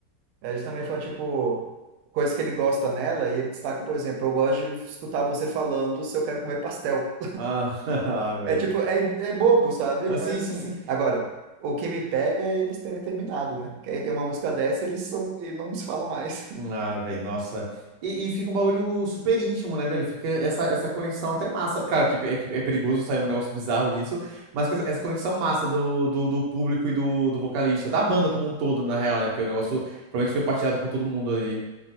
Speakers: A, on the right; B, on the right.
A: é justamente falando, tipo, coisas que ele gosta nela, e ele destaca, por exemplo, eu gosto de escutar você falando se eu quero comer pastel.
B: Ah, <laughs> ah, velho.
A: É tipo,
B: que-
A: é, é bobo, sabe?
B: Ah,
A: Mas
B: sim,
A: assim,
B: sim, sim.
A: agora, o que me pega é eles terem terminado, né? Que aí tem uma música dessa, eles são e não se falam mais.
B: Ah, velho, nossa. E, e fica um bagulho super íntimo, né, velho? Fica essa, essa conexão até massa. Claro que pe- é, que é perigoso sair um negócio bizarro disso, mas com essa essa conexão massa do, do, do público e do, do vocalista, da banda como um todo, na real, né? Porque o negócio provavelmente foi partilhado com todo mundo ali.